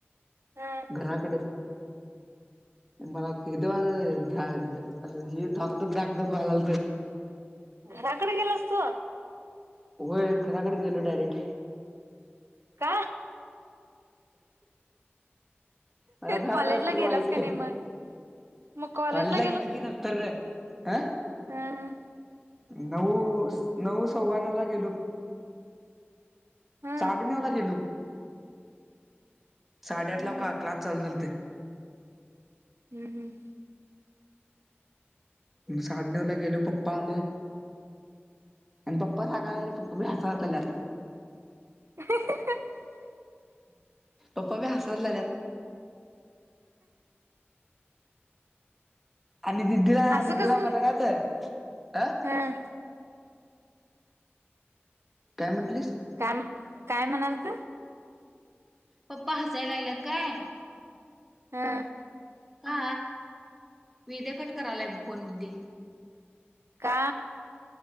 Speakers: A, on the right; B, in the centre.
A: हं
B: घराकडे मला ख वा ह धकधक डाक क वयला लागते
A: घराकडे गेलस तू
B: होय घराकडे गेलो डायरेक्ट
A: का
B: मला भॅड
A: कॉलेजला
B: आलती का
A: गेलास
B: वाईट
A: नाही मग मग कॉलेजला
B: कालीजला गेल की नंतर अ
A: हा ह
B: नऊ नऊ सव्वा नऊ ला गेलो.
A: हं
B: साडे नऊ ला गेलो. साडेआठ
A: हं
B: ला का
A: हं.
B: क्लास चालू झालत.
A: हम्म हम्म
B: म साड नऊ ला गेलो पप्पा आलं. आणि पप्पा सांगायला पप्पाबी हसा त्यालात.
A: <inaudible>
B: पप्पा बी हसा लाल्यात आणि दिदीला
A: असं
B: दिदीला
A: कसं
B: म्हणाल्यात अ
A: हं
B: काय म्हंटलीस?
A: काय काय म्हणालत?
B: पप्पा हसायला लागल्यात काय?
A: हम्म
B: का विदे कट करलाय ब फोन दीदे.
A: का?